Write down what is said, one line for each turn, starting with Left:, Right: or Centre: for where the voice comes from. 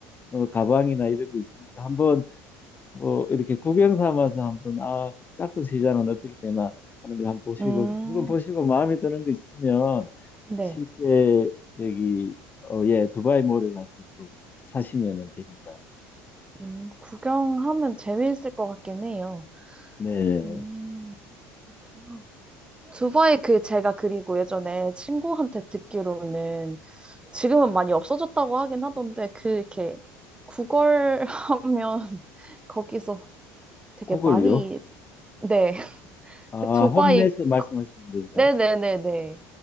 Left: 어, 가방이나 이런 거 있으니까 한번 뭐 이렇게 구경 삼아서 한번 아 짝퉁 시장은 어떻게 되나 하는 걸 한번 보시고
Right: 음,
Left: 물론 보시고 마음에 드는 거 있으면
Right: 네.
Left: 실제 저기 어, 예 두바이 몰에 가서 또 사시면은 됩니다.
Right: 음, 구경하면 재미있을 것 같긴 해요.
Left: 네
Right: 음, 그렇구나. 두바이 그 제가 그리고 예전에 친구한테 듣기로는 지금은 많이 없어졌다고 하긴 하던데 그 이렇게 구걸하면 <laughs> 거기서 되게
Left: 그걸요?
Right: 많이 네
Left: 아
Right: <laughs> 두바이
Left: 홈내에서 말씀하시는 건가요?
Right: 네네네네